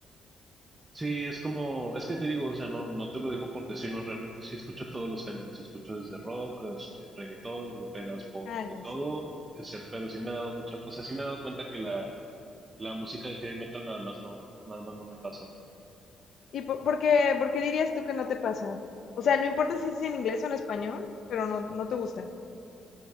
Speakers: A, on the right; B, on the left.
A: Sí, es como, es que te digo, o sea, no, no te lo digo por decirlo, realmente sí escucho todos los géneros, escucho desde rock, este, reggaetón, gruperas, pop,
B: Ah,
A: de
B: ya,
A: todo,
B: sí,
A: ese- pero sí me he dado mucha, o sea, sí me he dado cuenta que la, la música de heavy metal nada más no, nada más no me pasa.
B: ¿Y por, por qué, por qué dirías tú que no te pasa? O sea, no importa si es en inglés o en español, pero no, no te gusta.